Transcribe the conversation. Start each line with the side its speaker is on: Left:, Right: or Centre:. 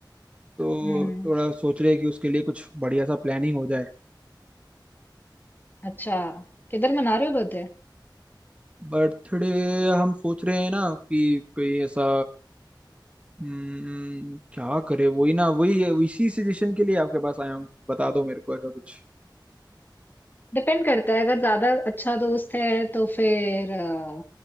Right: तो
Left: हम्म
Right: थोड़ा सोच रहे हैं कि उसके लिए कुछ बढ़िया सा प्लानिंग हो जाए
Left: अच्छा किधर मना रहे हो बर्थडे
Right: बर्थडे हम सोच रहे हैं ना कि कोई ऐसा हम्म, क्या करे वही ना वही इसी सजेशन के लिए आपके पास आया हूँ बता दो मेरे को ऐसा कुछ
Left: डिपेंड करता है अगर ज्यादा अच्छा दोस्त है तो फिर अ,